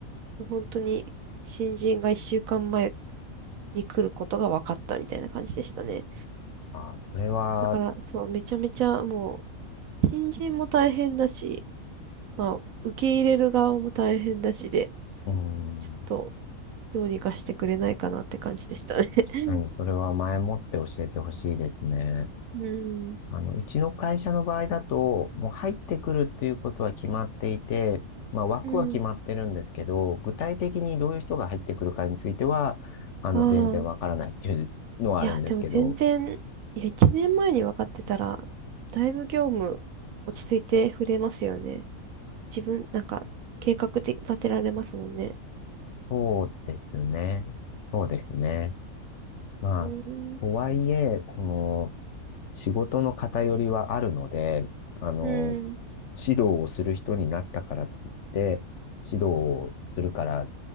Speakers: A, on the right; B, on the left.
A: もう本当に新人が1週間前に来ることが分かったみたいな感じでしたね。
B: ああ、それは、
A: だから、そう、めちゃめちゃもう、新人も大変だし、まあ、受け入れる側も大変だしで、
B: うーん。
A: ちょっと、どうにかしてくれないかなって感じでしたね。<laughs>
B: 何、それは前もって教えてほしいですね。
A: うん。
B: あの、うちの会社の場合だと、もう入ってくるっていうことは決まっていて、まあ枠は決まってるんですけど、
A: うん。
B: 具体的にどういう人が入ってくるかについては、あの、
A: ああ。
B: 全然わからないっていうのはあるんですけど、
A: いや、でも全然、いや、1年前に分かってたら、だいぶ業務落ち着いて触れますよね。自分、なんか、計画で立てられますもんね。
B: そうですね。そうですね。まあ、
A: うん。
B: とはいえ、その、仕事の偏りはあるので、あの、
A: うん。
B: 指導をする人になったからといって、指導をするから、